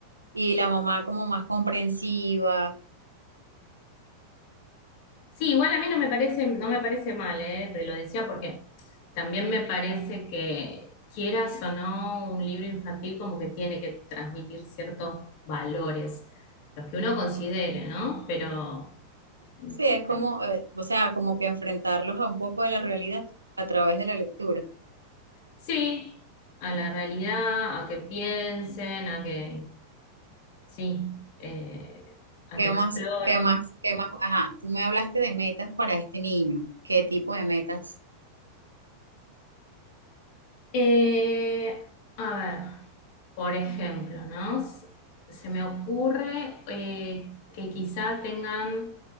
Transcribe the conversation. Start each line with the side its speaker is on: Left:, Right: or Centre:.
Right: y la mamá como más comprensiva.
Left: Sí, igual a mí no me parece, no me parece mal, ¿eh? Te lo decía porque también me parece que quieras o no, un libro infantil como que tiene que transmitir ciertos valores, los que uno considere, ¿no? Pero mm,
Right: Sí, es como,
Left: me-
Right: eh, o sea, como que enfrentarlos a un poco de la realidad a través de la lectura.
Left: sí, a la realidad, a que piensen, a que sí, eh, a
Right: ¿Qué
Left: que exploren.
Right: más, qué más, qué más? Ajá, tú me hablaste de metas para este niño. ¿Qué tipo de metas?
Left: Eh, a ver, por ejemplo, ¿no? S- Se me ocurre eh, que quizá tengan